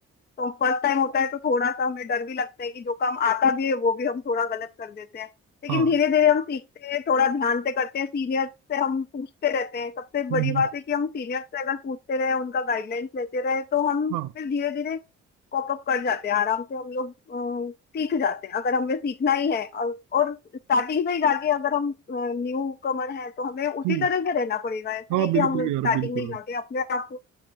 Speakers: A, on the left; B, on the right.
A: तो फर्स्ट टाइम होता है तो थोड़ा सा हमें डर भी लगता है कि जो काम आता भी है वो भी हम थोड़ा गलत कर देते हैं लेकिन
B: हाँ
A: धीरे धीरे हम सीखते हैं थोड़ा ध्यान से करते हैं सीनियर से हम पूछते रहते हैं सबसे बड़ी
B: हम्म
A: बात
B: हम्म,
A: है कि हम सीनियर से अगर पूछते रहे उनका गाइडलाइंस लेते रहे तो हम
B: हाँ
A: फिर धीरे धीरे कॉप अप कर जाते हैं आराम से हम लोग अ, सीख जाते हैं अगर हमें सीखना ही है और, और स्टार्टिंग से ही जाके अगर हम न्यू कमर हैं तो हमें उसी
B: हम्म,
A: तरह से रहना पड़ेगा ऐसा
B: हाँ
A: नहीं
B: बिल्कुल
A: कि हम स्टार्टिंग
B: यार बिल्कुल
A: में ही जाके अपने आप को